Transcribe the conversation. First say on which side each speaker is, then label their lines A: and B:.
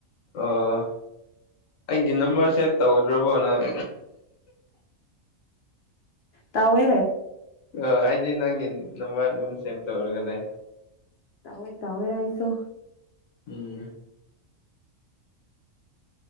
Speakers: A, on the left (about 80°); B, on the left (about 65°).
A: ꯑꯣ ꯑꯩꯒꯤ ꯅꯝꯕꯔ ꯁꯦꯚ ꯇꯧꯗ꯭ꯔꯕꯣ ꯅꯪ
B: ꯇꯧꯋꯦ
A: ꯑ ꯑꯩꯗꯤ ꯅꯪꯒꯤ ꯅꯝꯕꯔ ꯑꯗꯨꯝ ꯁꯦꯚ ꯇꯧꯔꯒ ꯂꯩ
B: ꯇꯋꯦ ꯇꯋꯦ ꯍꯥꯏꯥꯏꯁꯣ
A: ꯎꯝ